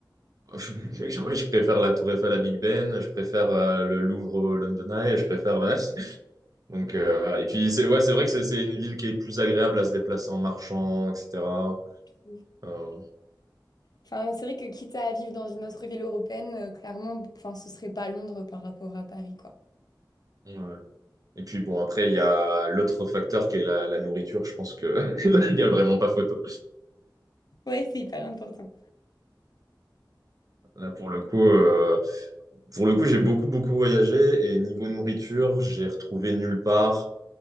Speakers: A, on the right; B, on the left.
A: <laughs> je, je- ouais, je préfère la Tour Eiffel à Big Ben, je préfère euh, le Louvre au London Eye, je préfère la- <laughs> Donc, euh, voilà. et puis, c'est ouais, c'est vrai que c'est c'est une ville qui est plus agréable à se déplacer en marchant, etc.
B: Oui.
A: Euh,
B: Enfin, c'est vrai que quitte à vivre dans une autre ville européenne, euh, clairement, enfin, ce serait pas Londres par rapport à Paris, quoi.
A: ouais. Et puis, bon, après, il y a l'autre facteur qui est la, la nourriture. Je pense que <laughs> il n'y a vraiment pas photo.
B: Ouais, c'est hyper important.
A: Là, pour le coup. euh, Pour le coup, j'ai beaucoup, beaucoup voyagé et niveau nourriture, j'ai retrouvé nulle part